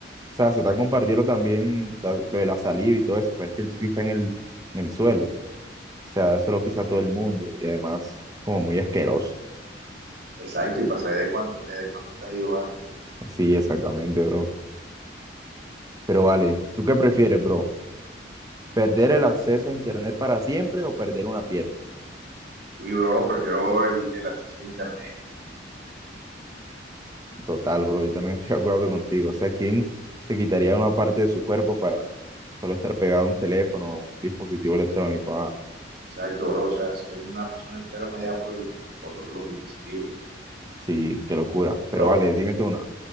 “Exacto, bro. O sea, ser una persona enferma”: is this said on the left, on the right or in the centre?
Right